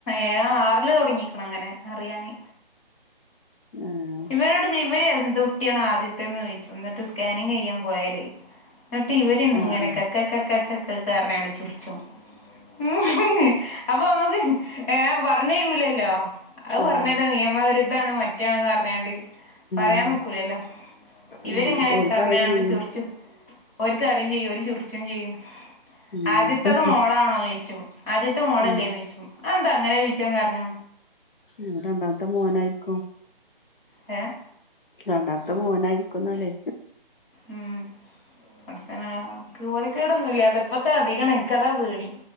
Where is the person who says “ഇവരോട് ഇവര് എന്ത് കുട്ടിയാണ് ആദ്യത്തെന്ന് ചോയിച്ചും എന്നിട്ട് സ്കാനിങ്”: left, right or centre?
Left